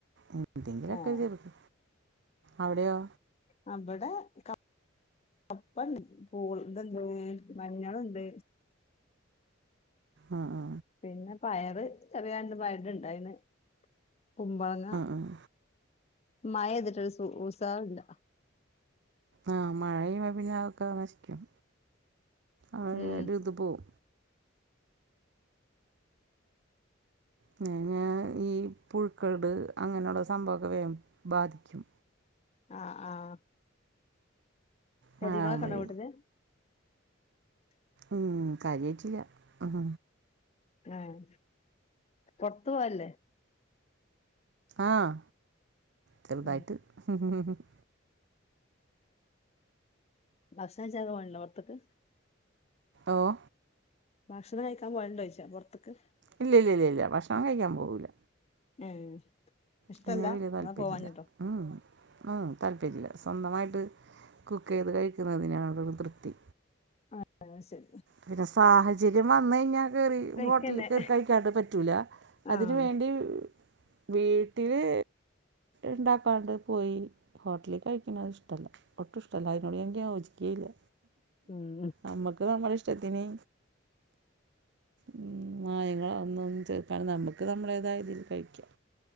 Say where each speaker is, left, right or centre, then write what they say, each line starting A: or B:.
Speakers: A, on the right; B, on the left.
A: എന്തെങ്കിലൊക്കെ
B: ആഹ്
A: ചെർത് അവടെയോ
B: ആഹ് ബടെ കപ്പണ്ട് പൂൾ ഇതണ്ട് മഞ്ഞള്ണ്ട്
A: ആഹ് ആഹ്
B: പിന്നെ പയറ് ചെറ്യേ രണ്ട് പയറ് ണ്ടായീന്ന് കുമ്പളങ്ങ
A: ഉം ഉം
B: മഴേയ്തിട്ടൊരു സു ഉസാറില്ല
A: ആഹ് മഴ പെയ്യുമ്പോ അതൊക്കെ നശിക്കും ആഹ്
B: ഉം
A: ഒര്ത് പോവും <unintelligible> ഈ പുഴുക്കട് അങ്ങനെള്ള സംഭവൊക്കെ വേം ബാധിക്കും
B: ആഹ് ആഹ് ചെടി
A: മഴ
B: കളൊക്കെ
A: ആകുമ്പോഴേ
B: ഉണ്ടോ വീട്ടിൽ
A: ഉം കാര്യായ്ട്ടില്ല ഉം
B: ആഹ് പൊർത്ത് പോവല്ലേ
A: ആഹ് ചെർതായിട്ട്
B: ഉം
A: <unintelligible>
B: ഭസ്ണയ്ച്ചാനൊക്കെ പോല്ണ്ടോ പൊർത്ത്ക്ക്
A: ഓഹ്
B: ഭക്ഷണം കയ്ക്കാൻ പോല്ണ്ടോ ചോയ്ച്ചാ പൊർത്ത്ക്ക്
A: ഇല്ലില്ല ഇല്ല ഭക്ഷണം കയ്ക്കാൻ പോവില്ല
B: ഉം ഇഷ്ടല്ല
A: അതിനോട് വലിയ താല്പര്യമില്ല
B: അതോ പോവാനിട്ടോ
A: ഉം ആഹ് താല്പര്യല്ല സ്വന്തമായിട്ട് കുക്ക് ചെയ്ത് കഴിക്കുന്നതിനാ തൃപ്തി
B: അഹ് ശരി
A: പിന്നെ സാഹചര്യം വന്ന് കഴിഞ്ഞാൽ <unintelligible>
B: കഴിക്കന്നെ
A: ഹോട്ടലില് കേറി കഴിക്കാണ്ട് പറ്റൂല
B: ആഹ്
A: അതിന് വേണ്ടി വീട്ടില് ഉണ്ടാക്കാണ്ട് പോയി ഹോട്ടലിൽ കഴിക്കണത് ഇഷ്ടല്ല ഒട്ടും ഇഷ്ടംമല്ല അതിനോടാങ്കി യോജിക്കയും ഇല്ല
B: ഉം
A: നമ്മക്ക് നമ്മ ഇഷ്ടത്തിന് മ്മ് മായങ്ങളൊ ഒന്നോന്നു ചേർക്കാതെ നമ്മക്ക് നമ്മളേതായ രീതി കഴിക്കാ